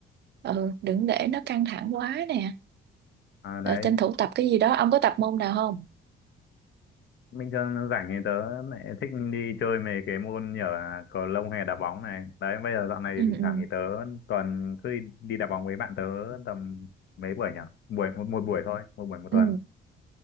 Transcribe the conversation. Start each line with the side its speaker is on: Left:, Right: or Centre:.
Right: ừ đừng để nó căng thẳng quá nè
Left: À, đấy
Right: Ờ, tranh thủ tập cái gì đó ông có tập môn nào không
Left: bình thường rảnh thì tớ lại thích đi chơi mấy cái môn như là cầu lông hay đá bóng này đấy bây giờ dạo này
Right: ừ
Left: thì thỉnh
Right: ừ
Left: thoảng thì tớ tuần cứ đi đi đá bóng với bạn tớ tầm mấy buổi nhỉ buổi một, một buổi thôi một buổi một tuần
Right: ừ